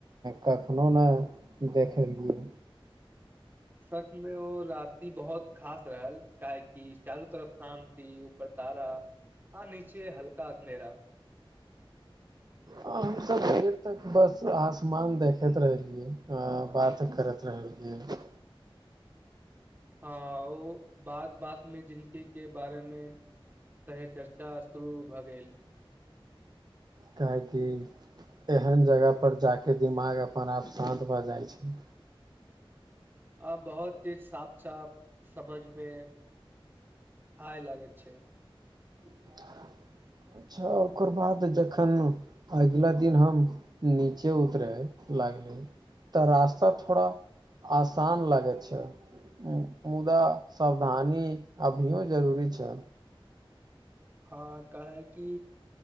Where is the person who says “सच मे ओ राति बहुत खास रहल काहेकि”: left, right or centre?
Right